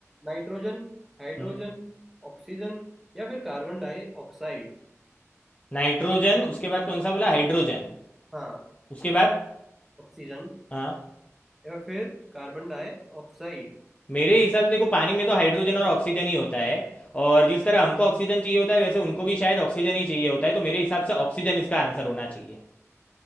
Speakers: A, in the centre; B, on the left (about 25°).
A: नाइट्रोजन हाइड्रोजन
B: हम्म,
A: ऑक्सीजन या फिर कार्बन डाई ऑक्साइड
B: नाइट्रोजन उसके बाद कौन सा बोला हाइड्रोजन
A: हाँ
B: उसके बाद
A: ऑक्सीजन
B: हाँ
A: या फिर कार्बन डाई ऑक्साइड
B: मेरे हिसाब से देखो पानी में तो हाइड्रोजन और ऑक्सीजन ही होता है और जिस तरह हमको ऑक्सीजन चाहिए होता है वैसे उनको भी शायद ऑक्सीजन ही चाहिए होता है तो मेरे हिसाब से ऑक्सीजन इसका आंसर होना चाहिए